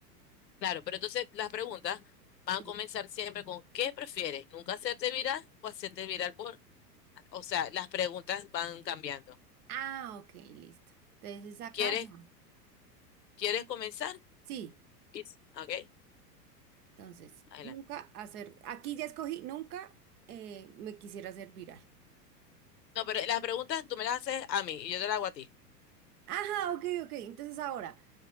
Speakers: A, on the left; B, on the right.
A: Claro, pero entonces las preguntas van
B: Sí.
A: a comenzar siempre con ¿qué prefieres? ¿Nunca hacerte viral o hacerte viral por? O sea, las preguntas van cambiando.
B: Ah, ok, listo. Entonces es acá
A: ¿Quieres,
B: ya.
A: quieres comenzar?
B: Sí,
A: Y- Ok,
B: entonces,
A: adelante.
B: nunca hacer, aquí ya escogí, nunca eh, me quisiera hacer viral.
A: No, pero las preguntas tú me las haces a mí y yo te las hago a ti.
B: Ajá, ok, ok. Entonces ahora,